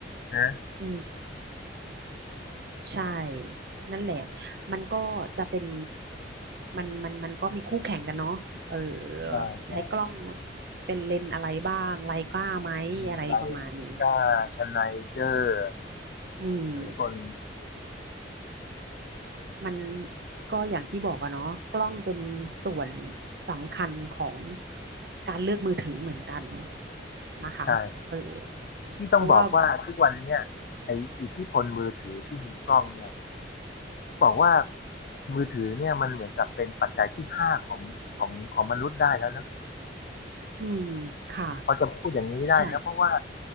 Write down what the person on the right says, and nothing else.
อืมใช่นั่นแหละมันก็จะเป็นมันมันมันก็มีคู่แข่งกันเนาะเออ
ใช้กล้องเป็นเลนส์อะไรบ้างไรกล้าไหมอะไรประมาณนี้
อืม
มันก็อย่างที่บอกอะเนาะกล้องเป็นส่วนสำคัญของการเลือกมือถือเหมือนกันนะคะเออ
เพราะว่า
อืมค่ะ
ใช่